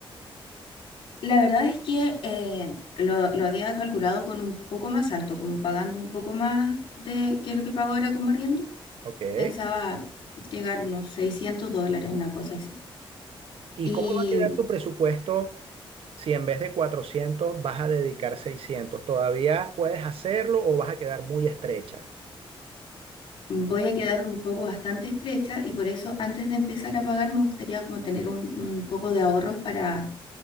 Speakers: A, on the left; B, on the right.
A: La verdad es que eh, lo, lo había calculado con un poco más alto, como pagando un poco más de que lo que pago ahora como arriendo.
B: Ok.
A: Pensaba llegar unos 600 dólares, una cosa así.
B: ¿Y
A: Y
B: cómo va a quedar tu presupuesto si en vez de 400 vas a dedicar seiscientos ¿Todavía puedes hacerlo o vas a quedar muy estrecha?
A: voy a quedar un poco bastante estrecha y por eso antes de empezar a pagar me gustaría como tener un, un poco de ahorros para,